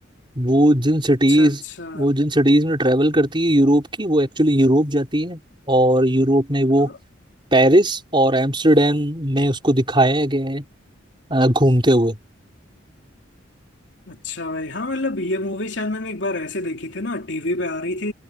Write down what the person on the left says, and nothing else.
अच्छा अच्छा
हाँ,
अच्छा भाई हाँ मतलब ये मूवी शायद मैंने एक बार ऐसे देखी थी ना टीवी पे आ रही थी